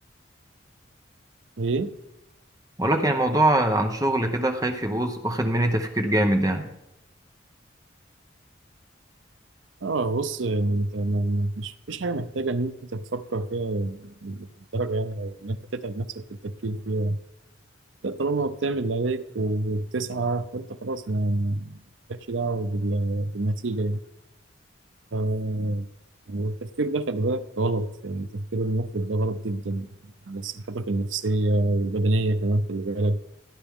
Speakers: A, on the right; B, on the right.
A: ايه
B: ولكن الموضوع عن شغل كده خايف يبوظ واخد مني تفكير جامد يعني
A: اه بص يعني انت ما ما- مش مفيش حاجة محتاجة ان انت تفكر فيها بالدرجة يعني او ان انت تتعب نفسك في التفكير فيها ده طالما بتعمل اللي عليك وبتسعى فانت خلاص ما ما- مالكش دعوة بال- بالنتيجة يعني. ف- يعني التفكير ده خلي بالك غلط يعني التفكير المفرط ده غلط جدا على صحتك النفسية والبدنية كمان خلي بالك